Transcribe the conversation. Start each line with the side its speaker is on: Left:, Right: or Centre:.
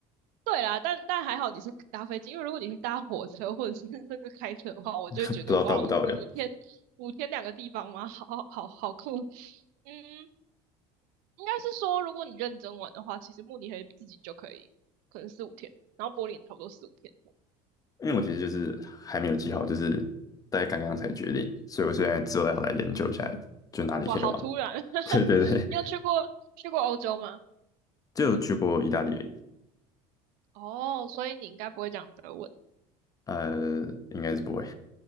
Right: 对啦，但但还好你是搭飞机，因为如果你是搭火车或者是甚至开车的话，我就会觉得哇，
Left: 不知道到不到的。
Right: 五五天五天两个地方吗？好好好酷。嗯，应该是说如果你认真玩的话，其实慕尼黑自己就可以，可能四五天，然后柏林也差不多四五天。
Left: 因为我其实就是还没有记好，就是大概刚刚才决定，所以我现在之后要来研究一下，就哪里可以玩。
Right: 哇，好突然！<laughs>
Left: <laughs> 对对对，
Right: 你有去过去过欧洲吗？
Left: 就有去过意大利而已
Right: 哦，所以你应该不会讲德文，
Left: 呃，应该是不会。